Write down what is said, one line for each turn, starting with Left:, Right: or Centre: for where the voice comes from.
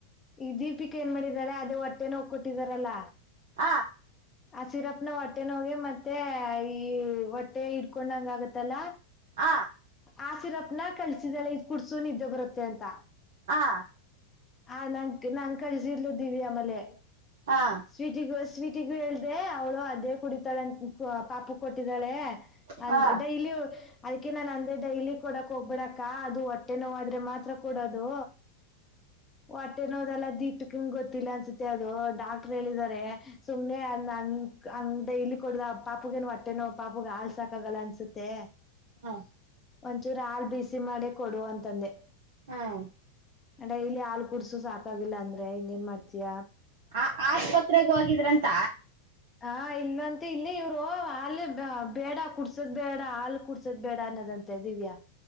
Left: ಈ ದೀಪಿಕಿ ಏನ್ ಮಾಡಿದಾಳೇ ಅದೇ ಹೊಟ್ಟೆ ನೋವಿ ಕೊಟ್ಟಿದ್ದಾರಲ್ಲ.
Right: ಹ
Left: ಹ <inaudible> ಆ ಸಿರಪ್ನ ಹೊಟ್ಟೆ ನೋವ್ಗೇ ಮತ್ತೆ ಈ ಹೊಟ್ಟೆ ಇಡ್ಕೊಂಡಂಗ ಆಗತ್ತಲ್ಲ.
Right: ಆ
Left: ಆ ಸಿರಪ್ನ ಕಳ್ಸಿದಳೆ ಇದ್ ಕುಡ್ಸು ನಿದ್ದೆ ಬರುತ್ತೆ ಅಂತ.
Right: ಹಾ
Left: ಹ ನಂ ನಾನ್ ಕಳಿಸಿದ್ಲು ದಿವ್ಯ ಆಮೇಲೆ.
Right: ಹಾ
Left: ಸ್ವೀಟಿಗೂ ಸ್ವೀಟಿಗು ಹೇಳ್ದೇ ಅವಳು ಅದೇ ಕುಡಿತಾಳೆಂತ ಪಾಪ ಕೊಟ್ಟಿದ್ದಾಳೆ. ಅಂದ್
Right: ಹಾ
Left: ಡೈಲಿ ಅದಕ್ಕೆ ನಾನ ಅಂದೆ ಡೈಲಿ ಕೊಡಕ್ ಹೋಗ್ಬಿಡಕ್ಕ ಅದು ಒಟ್ಟ್ ಹೊಟ್ಟೆ ನೋವಾದ್ರೆ ಮಾತ್ರ ಕೂಡೋದು. ಹೊಟ್ಟೆನೋವದಲ್ಲ ದೀಪಕಿಂಗ ಗೊತ್ತಿಲ್ಲ ಅನ್ಸತ್ತೆ ಅದು ಡಾಕ್ಟರ್ ಹೇಳಿದಿದಾರೆ. ಸುಮ್ಮನೆ ನಾನ್ ಹಂಗ್ ಡೈಲಿ ಕೊಡ್ದ ಪಾಪಗೇನು ಹೊಟ್ಟೆನೋ ಪಾಪಗ ಹಾಲ್ ಸಾಕಾಗಲ್ಲ ಅನ್ಸುತ್ತೆ.
Right: ಹಾ
Left: ಒಂಚೂರು ಹಾಲ್ ಬಿಸಿ ಮಾಡೆ ಕೊಡು ಅಂತಂದೆ.
Right: ಹಾಂ
Left: ಡೈಲಿ ಹಾಲ್ ಕುಡ್ಸು ಸಾಕಾಗಿಲ್ಲ ಅಂದ್ರೆ ಇನ್ ಏನ್ ಮಾಡ್ತಯ.
Right: ಆ ಆಸ್ಪತ್ರೆಗ್ ಹೋಗಿದ್ರಂತ.
Left: ಹ ಇಲ್ಂತ ಇಲ್ಲಿ ಇವ್ರು ಅಲ್ ಬೇ ಬೇಡ ಕುಡ್ಸ್ <unintelligible> ಕುಡ್ಸದ್ ಬೇಡ ಹಾಲ್ ಕುಡ್ಸದ್ ಬೇಡ ಅನ್ನೋದಂತೆ ದಿವ್ಯಾ.